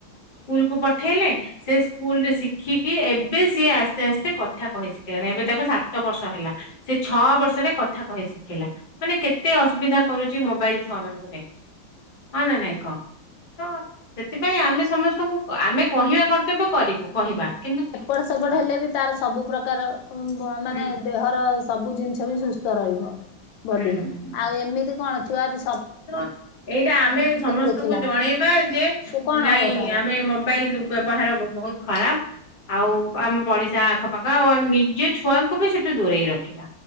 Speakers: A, on the left (about 30°); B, on the left (about 75°).
A: ସ୍କୁଲ କୁ ପଠେଇଲେ ସେ ସ୍କୁଲରେ ଶିଖିକି ଏବେ ସିଏ ଆସ ଆସ୍ତେ ଆସ୍ତେ କଥା କହି ଶିଖିଲାଣି, ଏବେ ତାକୁ ସାତ ବର୍ଷ ହେଲା। ସେ ଛଅ ବର୍ଷରେ କଥା କହି ଶିଖିଲା। ମାନେ କେତେ ଅସୁବିଧା କରୁଚି, ମୋବାଇଲ ଛୁଆ ମାନଙ୍କୁ ଦେଖ ହଁ ନା ନାଇଁ କହ? ତ ସେଥିପାଇଁ ଆମେ ସମସ୍ତଙ୍କୁ ଆମେ କହିବା କର୍ତ୍ତବ୍ୟ କରୁ କହିବା, କିନ୍ତୁ
B: ସେବଡ ସେପଡ
A: ହଁ
B: ହେଲେ ବି ତାର ସବୁ ପ୍ରକାର ମାନେ
A: ହୁଁ
B: ଦେହର ସବୁ ଜିନିଷ ବି ସୁସ୍ଥ ରହିବ। ବଡିର
A: ହୁଁ।
B: ଆଉ ଏମିତି କଣ ଛୁଆଦି
A: ତ ଏଇଟା ଆମେ ସମସ୍ତଙ୍କୁ
B: ଦେଖିଲା।
A: ଜଣେଇବା ଯେ
B: ସେ କଣ
A: ନାଇଁ
B: ହବ ତାର
A: ଆମେ ମୋବାଇଲ କିୁ ବ୍ୟବହାର ବହୁତ ଖରାପ ଆଉ ଆମେ ପଡିଶା ଆଖପାଖ ଆଉ ନିଜ ଛୁଆଙ୍କୁ ବି ସେଠୁ ଦୂରେଇ ରଖିବା।